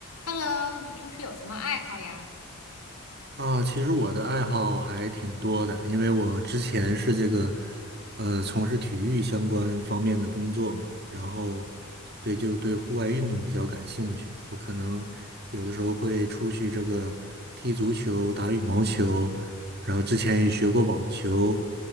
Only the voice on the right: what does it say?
啊，其实我的爱好还挺多的，因为我之前是这个呃从事体育相关方面的工作嘛，然后对就对户外运动比较感兴趣。我可能有的时候会出去这个踢足球、打羽毛球，然后之前也学过网球，